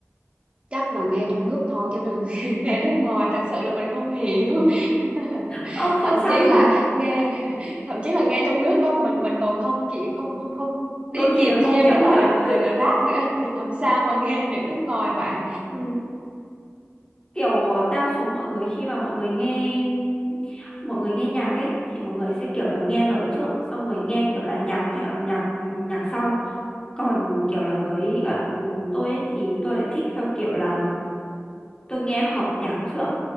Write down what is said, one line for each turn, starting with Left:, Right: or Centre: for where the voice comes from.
Right: chắc là nghe trong nước thôi cho nên <laughs>
Left: Ừ.
Right: nghe nước ngoài thật sự là mình không hiểu <laughs>
Left: Ơ không
Right: thậm
Left: sao
Right: chí
Left: mà,
Right: là nghe <laughs> thậm chí là nghe trong nước đó mình mình còn không chị không không không đi
Left: đôi
Right: kịp
Left: khi là không
Right: theo
Left: hiểu
Right: cái
Left: ấy
Right: lời
Left: à?
Right: lời lời rap nữa <laughs> thì làm sao mà nghe được nước ngoài bạn
Left: Ừ. Kiểu ờ, đa số mọi người khi mà mọi người nghe mọi người nghe nhạc ấy thì mọi người sẽ kiểu là nghe lời trước xong rồi nghe kiểu là nhạc theo nhạc ừ, nhạc sau. Còn kiểu là với cả, ừ, tôi ấy thì tôi lại thích theo kiểu là tôi nghe hợp nhạc trước,